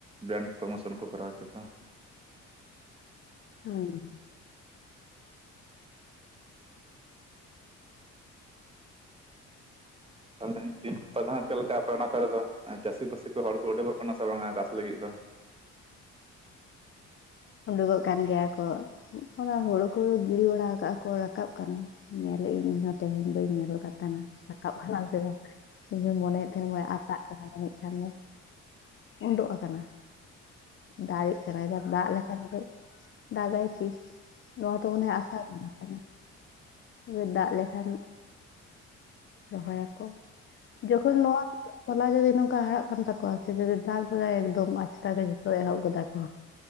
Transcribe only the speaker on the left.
ᱦᱩ
ᱦᱩ ᱩᱰᱩᱠᱚᱜ ᱠᱟᱱ ᱜᱮᱭᱟ ᱠᱚ ᱚᱱᱟ ᱦᱩᱲᱩ ᱠᱚ ᱜᱤᱲᱤ ᱵᱟᱲᱟ ᱠᱟᱜᱼᱟ ᱠᱚ ᱨᱟᱠᱟᱵ ᱠᱟᱱᱟ ᱧᱮᱞᱮᱟᱹᱤᱧ ᱤᱧᱦᱚᱸ ᱛᱮᱦᱮᱧ ᱵᱟᱹᱧ ᱧᱮᱞ ᱠᱟᱫ ᱠᱟᱱᱟ, ᱨᱟᱠᱟᱵ ᱠᱟᱱᱟ ᱥᱮ ᱵᱟᱝ ᱤᱧᱦᱚᱧ ᱢᱚᱱᱮᱭᱮᱫ ᱛᱟᱦᱮᱱᱟ ᱢᱮ ᱟᱛᱟᱜ ᱠᱟᱱᱟ ᱡᱟᱹᱱᱤᱡ ᱠᱷᱟᱱ ᱫᱚ ᱩᱰᱳᱜ ᱟᱠᱟᱱᱟ ᱫᱟᱨᱮᱜ ᱠᱟᱱᱟ ᱮᱵᱟᱨ ᱫᱟᱜ ᱞᱮᱠᱷᱟᱱ ᱜᱮ ᱫᱟᱜᱟᱭ ᱛᱤᱥ ᱱᱚᱣᱟ ᱛᱚ ᱢᱚᱱᱮ ᱦᱚᱭ ᱟᱥᱟᱲ ᱵᱚᱸᱜᱟ ᱛᱚᱵᱮ ᱫᱟᱜ ᱞᱮᱠᱷᱟᱱ ᱨᱚᱦᱚᱭᱟᱠᱚ ᱡᱚᱠᱷᱚᱱ ᱱᱚᱣᱟ ᱛᱚᱞᱟ ᱡᱩᱚᱫᱤ ᱱᱚᱝᱠᱟ ᱦᱟᱨᱟᱜ ᱠᱟᱱ ᱛᱟᱠ ᱠᱚ ᱥᱮ ᱡᱩᱫᱤ ᱫᱟᱜ ᱜᱚᱫᱟᱭ ᱮᱠᱫᱚᱢ ᱟᱪᱠᱟ ᱜᱮ ᱡᱷᱚᱛᱚ ᱮᱦᱚᱵ ᱜᱚᱫᱟ ᱠᱚ